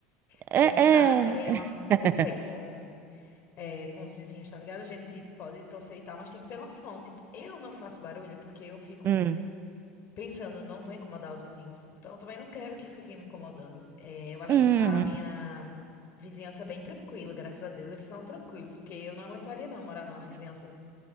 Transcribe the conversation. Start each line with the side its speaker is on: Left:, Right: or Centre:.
Left: Aí
Right: É,
Left: não
Right: é.
Left: dá, é uma falta de
Right: <laughs>
Left: respeito com, é, com os vizinhos, tá ligado? A gente pode torcer e tal, mas tem que ter noção. Tipo, eu não faço barulho porque eu fico
Right: Hum,
Left: pensando, não vou incomodar os vizinhos. Então, eu também não quero que fiquem me incomodando. É, eu acho
Right: hum.
Left: a a minha vizinhança bem tranquila, graças a Deus. Eles são tranquilos, porque eu não aguentaria não morar numa vizinhança